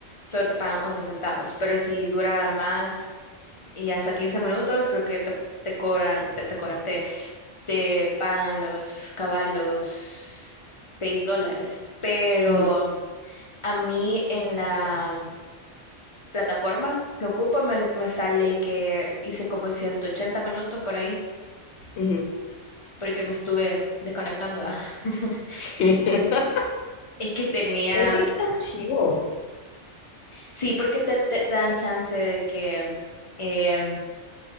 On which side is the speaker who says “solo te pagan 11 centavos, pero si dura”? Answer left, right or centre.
Left